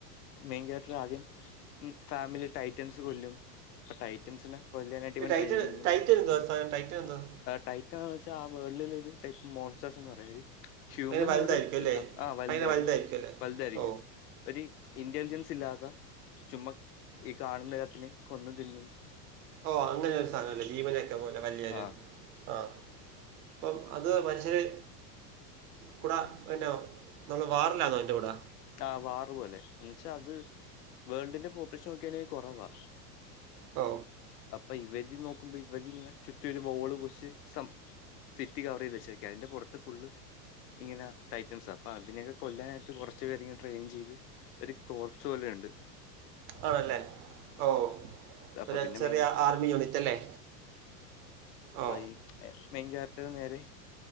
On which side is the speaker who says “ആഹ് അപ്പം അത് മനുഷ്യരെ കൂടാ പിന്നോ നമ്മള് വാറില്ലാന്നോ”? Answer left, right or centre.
Right